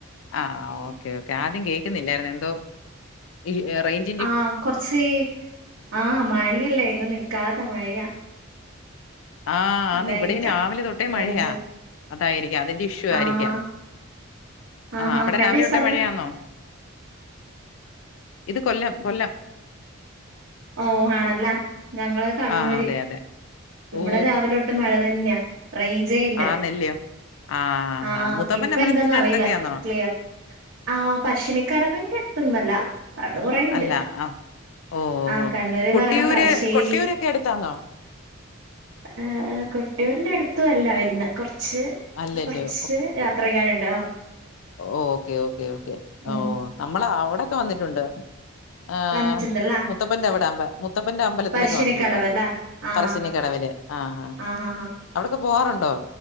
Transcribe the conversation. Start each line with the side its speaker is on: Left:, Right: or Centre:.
Left: ആ ഓക്കേ ഓക്കെ ആദ്യം കേൾക്കുന്നില്ലായിരുന്നു എന്തോ ഈ റേഞ്ച്
Right: ആഹ് കൊർച്ച് ആഹ് മഴയല്ലേ ഇന്ന് നിക്കാത്ത മഴയാ.
Left: ആഹ് ആന്ന്
Right: അതായിരിക്കാം
Left: ഇവിടെയും രാവിലെ തൊട്ടേ മഴയാ.
Right: റേഞ്ച്
Left: അതായിരിക്കാം അതിന്റെ ഇഷ്യൂ ആയിരിക്കാം.
Right: ആഹ്
Left: ആ
Right: ആഹാ
Left: അവിടെ രാവിലെ
Right: എവിടെയാ
Left: തൊട്ടേ
Right: സ്ഥലം
Left: മഴയാന്നോ? ഇത് കൊല്ലം കൊല്ലം
Right: ഓ ആണല്ലെ ഞങ്ങള് കണ്ണൂര്
Left: ആ അതെ അതെ
Right: ഇവിടെ
Left: ഓ
Right: രാവിലെ തൊട്ട് മഴ തന്നെയാ റയ്ഞ്ചേ ഇല്ല.
Left: ആന്നല്ലയോ ആ
Right: ആ
Left: മുത്തപ്പൻ
Right: ഇപ്പ
Left: അമ്പലത്തിന്റെ
Right: എന്താന്ന് അറിയില്ല
Left: അടുത്തൊക്കെയാണോ
Right: ക്ലിയർ ആഹ് പശ്ശിനിക്കടവിന്റെ അടുത്തൊന്നല്ല അവിട്ന്ന് കുറേണ്ട്
Left: അല്ല ആ ഓ
Right: ആ
Left: ഓ
Right: കണ്ണൂര്ന്ന്
Left: കൊട്ടിയൂര്
Right: പറയുമ്പോ തലശ്ശേരി.
Left: കൊട്ടിയൂരൊക്കെ അടുത്താണോ
Right: ഏഹ് ഏഹ് കൊട്ടിയൂരിന്റെ അട്ത്തു അല്ല വരുന്ന കൊർച്ച്.
Left: അല്ലല്ലയോ
Right: കൊർച്ച് യാത്രയ്യാനുണ്ട് ആ
Left: ഓക്കേ ഓക്കേ ഓക്കെ ഓ
Right: ഉം
Left: നമ്മള് അവിടെക്കെ വന്നിട്ടുണ്ട് ആഹ്
Right: വന്നിട്ടുണ്ടല്ലേ
Left: മുത്തപ്പൻന്റെ എവിടെമ്പ മുത്തപ്പന്റെ അമ്പലത്തിലൊക്കെ
Right: പറശ്ശിനിക്കടവല്ലേ
Left: വന്നിട്ടുണ്ട്
Right: ആഹ്
Left: പറശ്ശിനിക്കടവില് ആഹ ആ
Right: ആഹ് ആഹ്
Left: അവിടൊക്കെ പോവാറുണ്ടോ?